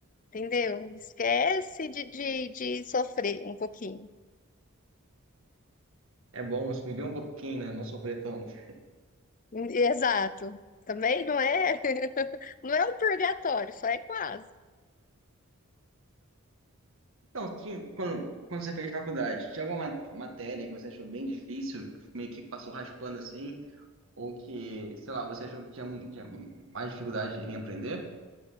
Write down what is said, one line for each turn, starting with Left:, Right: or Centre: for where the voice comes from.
Left: entendeu? Esquece de, de, de sofrer um pouquinho.
Right: É bom viver um pouquinho, né? Não sofrer tanto.
Left: Exato. Também não é, <laughs> não é um purgatório, só é quase.
Right: Então, tinha, quando, quando você fez faculdade, tinha alguma ma- matéria que você achou bem difícil, meio que passou raspando assim? Ou que, sei lá, você achou que tinha, um- tinha mais dificuldade em aprender?